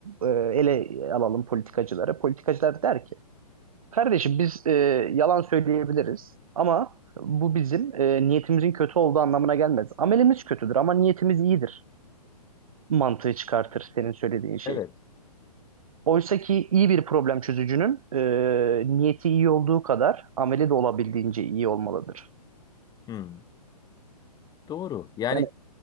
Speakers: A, on the right (about 60°); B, on the left (about 20°).
A: Ee, ele alalım politikacıları. Politikacılar der ki, kardeşim biz e, yalan söyleyebiliriz ama bu bizim e, niyetimizin kötü olduğu anlamına gelmez. Amelimiz kötüdür ama niyetimiz iyidir mantığı çıkartır senin söylediğin şey.
B: Evet.
A: Oysa ki iyi bir problem çözücünün e, niyeti iyi olduğu kadar ameli de olabildiğince iyi olmalıdır.
B: Hmm. Doğru. Yani
A: Yani